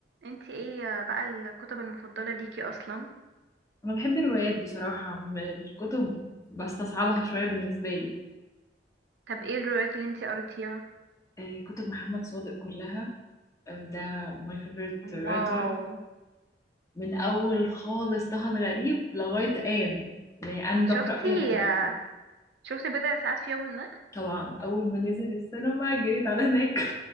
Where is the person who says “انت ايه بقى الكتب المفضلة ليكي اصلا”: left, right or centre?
Right